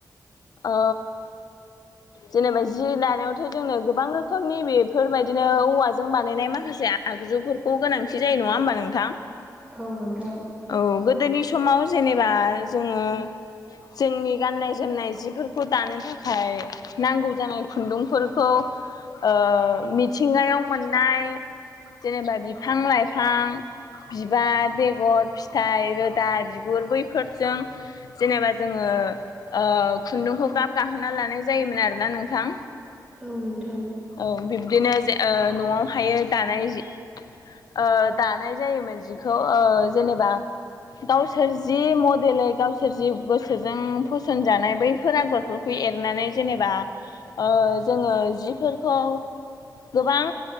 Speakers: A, on the left; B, on the right.
A: ओ जेनेबा जि दानायावथ' जोंनो गोबां रोखोमनि बेफोर बायदिनो औवाजों बानायनाय माखासे आगजु फोरखौ गोनांथि जायो नङा होमबा नोंथां?
B: औ नोंथां।
A: औ गोदोनि समाव जेनेबा जोङो जोंनि गाननाय जोमनाय जिफोरखौ दानो थाखाय नांगौ जानाय खुन्दुंफोरखौ ओ मिथिंगायाव मोननाय जेनेबा बिफां लाइ फां बिबार बेगर फिथाइ रोदा बिगुर बैफोरजों जेनेबा जोङो ओ खुन्दुंखौ गाब गाहोना लानाय जायोमोन आरोना नोंथां।
B: औ नोंथां।
A: औ बिब्दिनो जे ओ न'आव हायो दानाय जि ओ दानाय जायोमोन जिखौ ओ जेनेबा गावसोर जि मडेलै गावसोर जि गोसोजों फसन जानाय बैफोर आगर फोरखौ एरनानै जेनेबा ओ जोङो जि फोरखौ गोबां